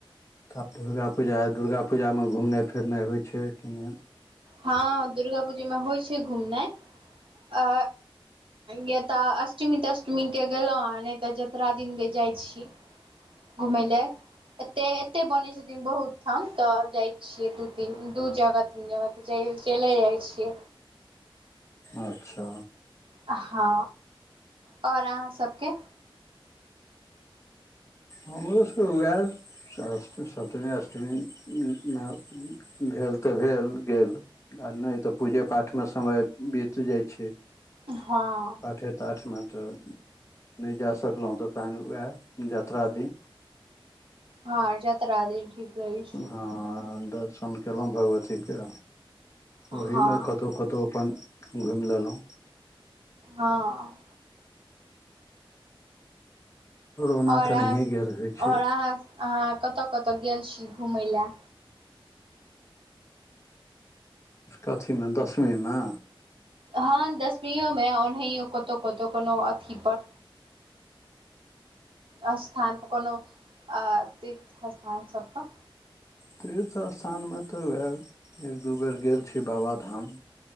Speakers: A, on the left; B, on the right.
A: तऽ दुर्गा पूजा आय दुर्गा पूजामे घुमनाई- फिरनाइ होय छै कि नेैय
B: हँ दुर्गा पूजा मे होय छै घुमनाय आ या तऽ अष्टमी -तष्टमी क गेलौ नै तऽ जतरा दिन क जाय छीयै घुमैय लय एते ए एते बनै छथिन बहुत ठम तऽ जाइ छियै दू तीन- दू जगह तीन जगह जैल- चैले जाय छियै
A: अच्छा
B: हँ आओर आहाँ सबके
A: हमरो सब वएल सप्तमी अष्टमीम भेल तऽ भेल गेल आ नय तऽ पूजे पाठमे समय बीत जाइय छैय
B: हँ हँ
A: आठे ताठ मे तऽ नै जा सकलौ तऽ तहन उएह जतरा दिन
B: हँ जतरा दिन ठीक रहै छै
A: हँ दसम केलौ भगवती के
B: हँ
A: ओहिमे कतऔ कतऔ अपन घुम लेलौ
B: हँ
A: ओना
B: आओर
A: तऽ
B: अहाँ
A: नहिए
B: स
A: गेल होइ छै
B: आओर अहाँ स कतय -कतय गेल छी घुमय लए
A: कथी मे दसमी मे
B: हँ दसमीयो मे ओनाहियो कतौ- कतौ कोनो अथी पर अस्थान पर कोनो आ तीर्थ अस्थान सब पर
A: तीर्थ अस्थान मे तऽ वएह एक -दू बेर गेल छी बाबाधाम